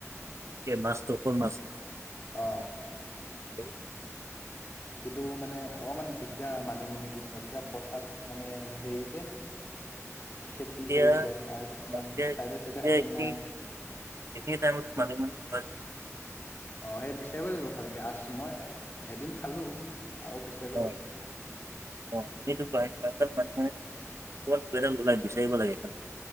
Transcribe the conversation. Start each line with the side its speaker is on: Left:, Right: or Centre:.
Right: কি মাছটো, কোন মাছটো?
Left: অ'।
Right: সেই
Left: কিন্তু মানে অকণমান দিগদাৰ মানিমুনি বিচৰাত এতিয়া পথাৰত মানে হেৰি যে। খেতি
Right: এতিয়া
Left: কৰিছে আৰু কিছুমান
Right: এতিয়া এতিয়া
Left: চাইডে চাইডে হৈছে
Right: এইখিনি
Left: নাই আৰু।
Right: এইখিনি টাইমত মানিমুনি হয় জানো।
Left: অ', সেই বিচাৰিব লাগিব ভালক আছ মই এদিন খালোঁ আৰু বিচা
Right: অ'। অ', সেইটো বাৰিষা কালত বানপানীত কবাত দুই এডাল ওলাই বিচাৰিব লাগে এখন।